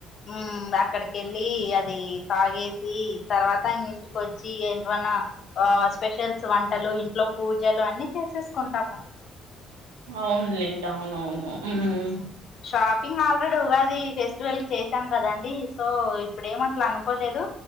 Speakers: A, on the left; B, on the right.
A: ఉమ్ అక్కడికెళ్ళి. అది తాగేసి తర్వాత ఇంగ ఇంటికొచ్చి ఏంట్వన్నా. ఆ స్పెషల్స్ వంటలు, ఇంట్లో పూజలు అన్ని చేసేసుకుంటామండ్
B: అవునులేండ్ అవునవును హ్మ్.
A: ఉహ్ హు షాపింగ్ ఆల్రెడీ ఉగాది ఫెస్టివల్ చేశాం కదండి. సో ఇప్పుడేమట్లా అనుకోలేదు.